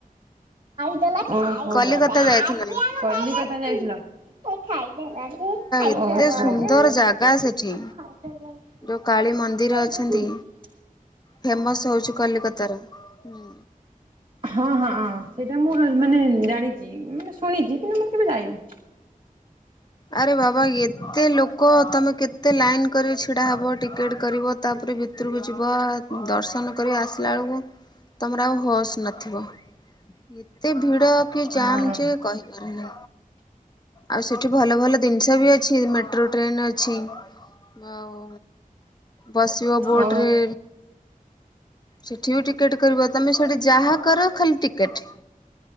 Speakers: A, on the right; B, on the left.
A: ବେଲେ।
B: କଲିକତା ଯାଇଥିଲୁ ଆମେ।
A: ଓହୋ କଲିକତା
B: ଏତେ ସୁନ୍ଦର
A: ଯାଇଥିଲା
B: ଜାଗା ସେଠି।
A: ଓହୋ
B: ଯୋଉ କାଳୀ ମନ୍ଦିର ଅଛନ୍ତି ଫେମସ ହଉଛି କଲିକତାର ହୁଁ।
A: ହଁ ହଁଁ ସେଇଟା ମୁଁ ର ମାନେ ଜାଣିଛି ମାନେ ଶୁଣିଛି କିନ୍ତୁ ମୁଁ କେବେ ଯାଇନି।
B: ଆରେ ବାବା ଏତେ ଲୋକ ତମେ କେତେ ଲାଇନ କରି ଛିଡା ହବ ଟିକେଟ କରିବ ତାପରେ ଭିତରକୁ ଯିବ ଦର୍ଶନ କରି ଆସିଲା ବେଳକୁ ତମର ଆଉ ହସ୍ ନଥିବ ଏତେ ଭିଡ଼ କି ଜାମ୍
A: ହଁ
B: ଯେ କହିପାରନି। ଆଉ ସେ କିଠୁ ଭଲ ଭଲ ଜିନିଷ ବି ଅଛି ମେଟ୍ରୋ ଟ୍ରେନ ଅଛି। ଆଉ ବସିବ ବୋଟରେ।
A: ଓ
B: ସେଠି ବି ଟିକେଟ କରିବ ତମେ ସେଠି ଯାହା କର ଖାଲି ଟିକେଟ